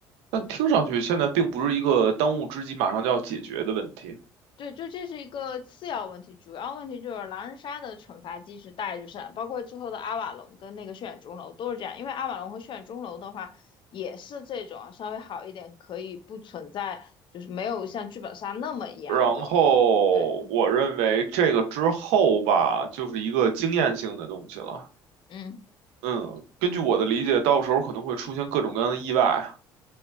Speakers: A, on the right (about 85°); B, on the left (about 55°).
A: 但听上去现在并不是一个当务之急，马上就要解决的问题。
B: 对，就这是一个次要问题，主要问题就是狼人杀的惩罚机制大概就是这样包括之后的阿瓦隆跟那个血染钟楼都是这样。因为阿瓦隆和血染钟楼的话，也是这种稍微好一点，可以不存在，就是没有像剧本杀那么严格。
A: 然后我认为这个之后吧，
B: 对，
A: 就是一个经验性的东西了。
B: 嗯。
A: 嗯，根据我的理解，到时候可能会出现各种各样的意外，